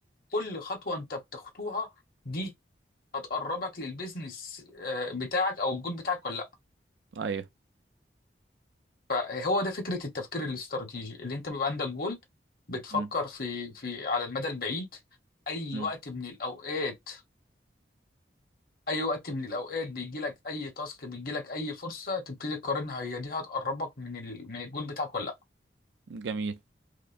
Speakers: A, on the left (about 50°); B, on the right (about 80°).
A: كل خطوة أنت بتخطوها دي هتقربك للبيزنس آه، بتاعك او الجول بتاعك ولا لا
B: ايوه
A: فهو ده فكره التفكير الاستراتيجي اللي انت بيبقى عندك جول بتفكر
B: مم.
A: في في على المدى البعيد اي
B: مم.
A: وقت من الاوقات اي وقت من الاوقات بيجي لك اي تاسك بيجي لك اي فرصه تبتدي تقارنها هي دي هتقربك من ال... من الجول بتاعك ولا لا
B: جميل